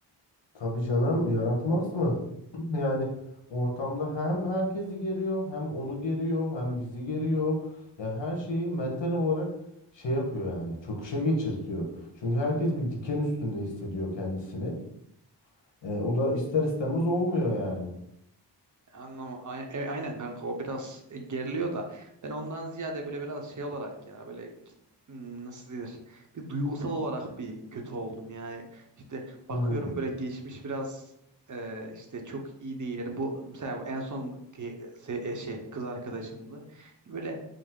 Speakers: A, on the left; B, on the right.
A: Tabii canım yaratmaz mı? Yani ortamda hem herkesi geriyor, hem onu geriyor, hem bizi geriyor. Ya her şeyi mental olarak şey yapıyor yani çöküşe geçirtiyor. Çünkü herkes bir diken üstünde hissediyor kendisini. E, o da ister istemez olmuyor yani.
B: Anlam a- e, aynen kanka o biraz e, geriliyor da ben ondan ziyade böyle biraz şey olarak ya böyle ki- hmm, nasıl denir bir duygusal olarak bir kötü oldum yani işte bakıyorum
A: Hmm.
B: böyle geçmiş biraz e, işte çok iyi değil yani bu mesela bu en son ki- se- e, şey kız arkadaşımdı böyle